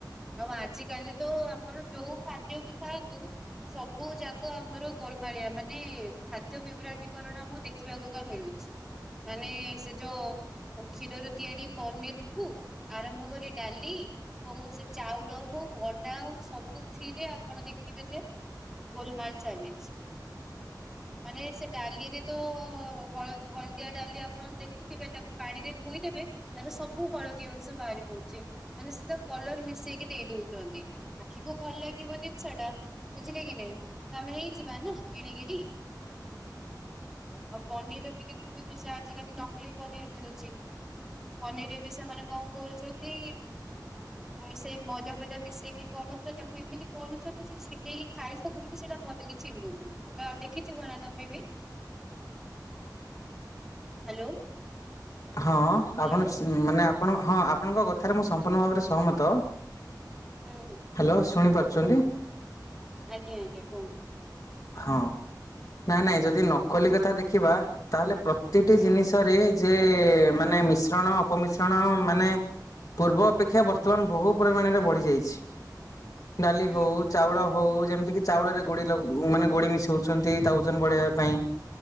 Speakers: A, in the centre; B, on the left.
A: ଆଉ ଆଜିକାଲି ତ ଆପଣ ଯୋଉ ଖାଦ୍ୟ ବି ଖାଆନ୍ତୁ ସବୁ ଯାକ ଆମର ଗୋଲମାଳିଆ ମାନେ ଖାଦ୍ୟ ବିବ୍ରଟିକରଣ ମୁଁ ଦେଖିବାକୁ ତ ମିଳୁଛି ମାନେ ସେ ଯୋଉ କ୍ଷୀରରୁ ତିଆରି ପନିରଠୁ ଆରମ୍ଭ କରି ଡାଲି ହଉ ସେ ଚାଉଳ ହଉ ଅଣ୍ଡା ହଉ ସବୁଥିରେ ଆପଣ ଦେଖିବେ ଯେ ଗୋଲମାଲ ଚାଲିଛି। ମାନେ ସେ ଡାଲିରେ ତ ହଳହଳଦିଆ ଡାଲି ଆପଣ ଦେଖୁଥିବେ ତାକୁ ପାଣିରେ ଧୋଇଦେବେ ତାର ସବୁ ହଳଦୀ ଅଂଶ ବାହରିପଡୁଚି ମାନେ ସେ ତା କଲର ମିଶେଇକି ଦେଇ ଦଉଚନ୍ତି ଆଖିକୁ ଭଲ ଲାଗିବ ଜିନିଷଟା ବୁଝିଲେ କି ନାଇଁ ତାମ <unintelligible> କିଣିକିରି ଆଉ ପନିର ବି ଦେଖୁଥିବ ସେ ନାକିଲ ମିଳୁଛିରେ ବି ସେମାନେ କଣ କରୁଛନ୍ତି ସେ ମଜା ଫଜା ମିଶେଇକି କଣଥିଲା ତାକୁ ଏମିତି କରୁଛନ୍ତି ଯେ ଛିଣ୍ଡେଇକି ଖାଇଲା ବେଳକୁ ସେଇଟା ଭଲକି ଛିଣ୍ଡୁନି ଦେଖିଥିବନା ତମେ ବି ହ୍ୟାଲୋ?
B: ହଁ
A: ହ୍ୟାଲୋ
B: ଆପଣ <unintelligible> ମାନେ ଆପଣ ହଁ ଆପଣଙ୍କ କଥାରେ ମୁଁ ସମ୍ପୂର୍ଣ୍ଣ ଭାବରେ ସହମତ। ହ୍ୟାଲୋ
A: ହୁଁ।
B: ଶୁଣିପାରୁ ଛନ୍ତି
A: ଆଜ୍ଞା ଆଜ୍ଞା କୁହନ୍ତୁ
B: ହଁ ନାଇଁ ନାଇଁ ଯଦି ନକଲି କଥା ଦେଖିବା ତାହେଲେ ପ୍ରତିଟି
A: ହୁଁ
B: ଜିନିଷରେ ଯେ ମାନେ ମିଶ୍ରଣ ଅପମିଶ୍ରଣ ମାନେ ପୂର୍ବ ଅପେକ୍ଷା
A: ହୁଁ
B: ବର୍ତ୍ତମାନ ବହୁ ପରିମାଣରେ ବଢି ଯାଇଛି। ଡାଲି
A: ହୁଁ
B: ହଉ
A: ହୁଁ
B: ଚାଉଳ ହଉ ଯେମିତି କି। ଚାଉଳରେ ଗୋଡ଼ି ଲାଗୁ। ମାନେ ଗୋଡି ମିଶଉଛନ୍ତି ତା ଓଜନ ବଢେଇବା ପାଇଁ।